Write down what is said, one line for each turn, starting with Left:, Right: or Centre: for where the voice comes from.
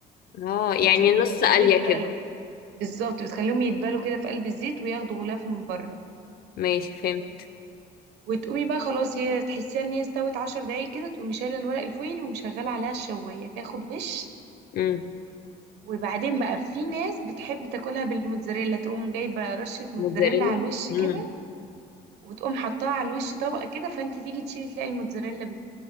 Left: اه يعني
Right: انت بتخليهم
Left: نص قلية
Right: يتبالوا
Left: كده
Right: بالظبط بتخليهم يتبالوا كده في قلب الزيت وياخدوا غلاف من بره
Left: ماشي فهمت
Right: وتقومي بقى خلاص هي تحسيها ان هي استوت عشر دقايق كده تقومي شايله الورق الفويل ومشغله عليها الشوايه تاخد وش
Left: امم
Right: وبعدين بقى في ناس بتحب تاكلها بالموتزاريلا تقوم جايبه رشه موتزاريلا
Left: موتزاريلا
Right: على الوش
Left: امم
Right: كده وتقوم حطاها على الوش طبقة كده فانت تيجي تشيلي تلاقي الموتزاريلا بت...